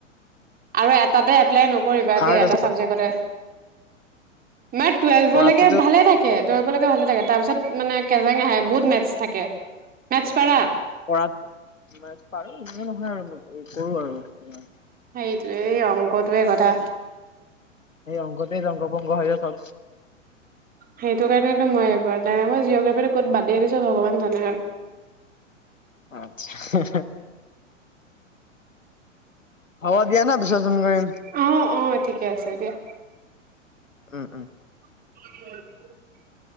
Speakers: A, on the right; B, on the left.
A: আৰু এ তাতে এপলাই নকৰো কৰিবা
B: হাৰ্ড
A: দেই এটা
B: আছে
A: চাবজেক্টতে মানে টুৱেল্ভলৈকে
B: কৰাটোতো
A: ভালে থাকে। তোয়েলফ লৈকে ভালে থাকে, তাৰ পিছত মানে কেজাং আহে বহুত মেথছ থাকে মেথছ পাৰা।
B: কৰাত ম পাৰো এনেকা নহয় আৰু কৰো আৰু
A: সেইটোয়ে অংকটোৱে কথা
B: সেই অংকতে ধংস ভংগ হৈ যায় চ'ব।
A: সেইটো মই এইব নাই মই জিঅগ্ৰাফীটো ক'ত বাদেয় দিছো ভগৱান জানে আৰু
B: আতছা হব দিয়া ন পিছত ফন মাৰিম
A: অ অ ঠিকে আছে দিয়া
B: উম উম
A: উম